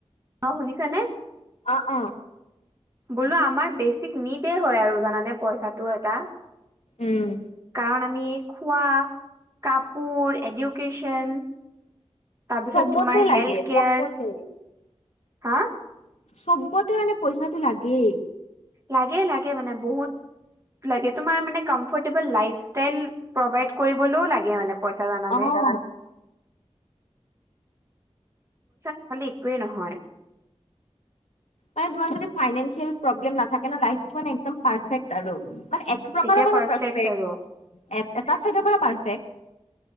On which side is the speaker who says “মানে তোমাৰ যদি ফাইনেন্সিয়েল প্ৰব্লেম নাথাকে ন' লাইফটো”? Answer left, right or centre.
Left